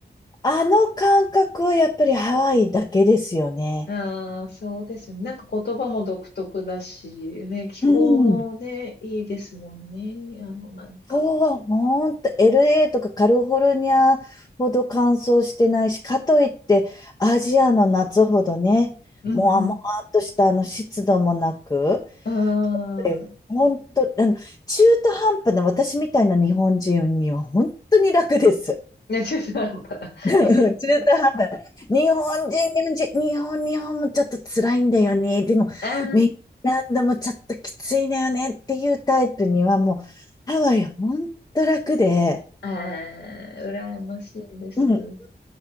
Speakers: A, on the left; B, on the left.
A: あの感覚はやっぱりハワイだけですよね。
B: ああ、そうですよね。なんか言葉も独特だし、ね、気候もね、
A: うん。
B: いいですもんね。あの、なんか。
A: そうはほんと LA とかカリフォルニアほど乾燥してないし、かといってアジアの夏ほどね、
B: うん
A: もわもわっとしたあの湿度もなく、
B: うん。
A: でほんと、
B: うーん。
A: あの、中途半端な私みたいな日本人には本当に楽です。
B: ね、中途半端な。<laughs>
A: <laughs> 中途半端な。
B: え
A: 日本人、日本人、日本、日本もちょっと辛いんだよね。でも、
B: あ
A: メキシランドもちょっときついんだよねっていうタイプにはもう、ハワイは本当楽で、
B: あ、ああ、羨ましいです。
A: うん、今